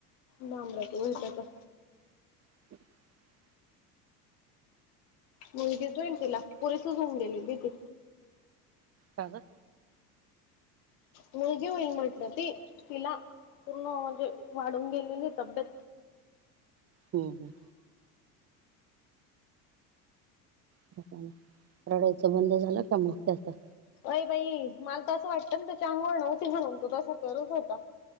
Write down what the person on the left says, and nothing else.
डांबऱ्याच उलट्याच -
मुलगीच होईल तिला पुरेसच होऊन गेलेली ती.
मुलगी होईल म्हटलं ती तिला पूर्ण म्हणजे वाढून गेलेली तब्येत.
होय बाई मला तर असं वाटतं ना, त्याची अंघोळ नव्हती म्हणून तो तसा करत होता.